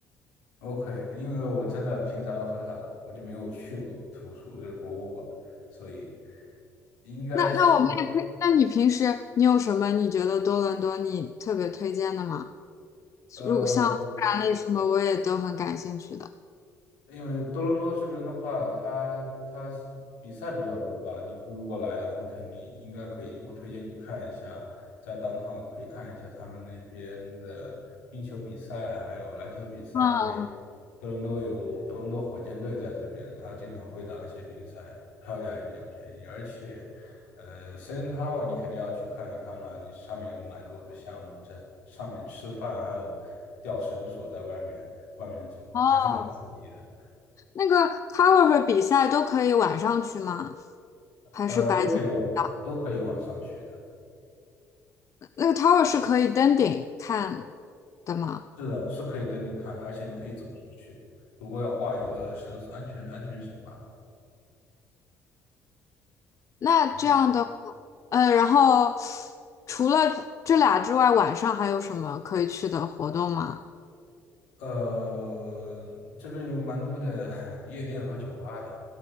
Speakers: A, on the left (about 70°); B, on the left (about 40°).
A: ？OK，因为我真的平常很少，我就没有去过图书，就博物馆，所以应该是
B: 那那我们也可以，那你平时你有什么你觉得多伦多你特别推荐的吗？
A: 呃，
B: 如像自然类什么我也都很感兴趣的。
A: 因为多伦多这边的话，它它是比赛比较多吧。你如果来了，你肯定应该可以。我推荐你去看一下，在 downtown 可以看一下他们那边的冰球比赛，还有篮球比赛。
B: 嗯，
A: 因为多伦多有多伦多火箭队在这边，他经常会打一些比赛，票价也比较便宜。而且，呃，CN Tower 你肯定要去看一看了，你上面有蛮多的项目，在上面吃饭，还有吊绳索在外面外面走，
B: 哦，
A: 还是蛮刺激的。
B: 那个 tower 和比赛都可以晚上去吗？还是白天比较
A: 呃，都可以往都可以往上去的，
B: 那个 tower 是可以登顶看的吗？
A: 是的，是可以登顶看的，而且你可以走出去，不过要挂一个绳索，安全安全绳吧，
B: 那这样的话，
A: 蛮
B: 呃，然后除了这俩之外，晚上还有什么可以去的活动吗？
A: 呃这边有蛮多的 <laughs> 夜店和酒吧的，